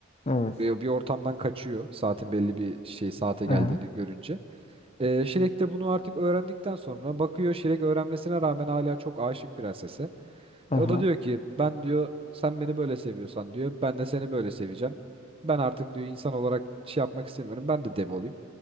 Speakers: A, on the left (about 30°); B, on the right (about 30°).
A: Evet.
B: E, bir ortamdan kaçıyor saatin belli bir şey saate
A: Aha.
B: geldiğini görünce. E, Şirek de bunu artık öğrendikten sonra bakıyor Şirek öğrenmesine rağmen hala çok aşık prensese.
A: Aha.
B: E, o da diyor ki ben diyor sen beni böyle seviyorsan diyor ben de seni böyle seveceğim. Ben artık diyor insan olarak şey yapmak istemiyorum. Ben de dev olayım.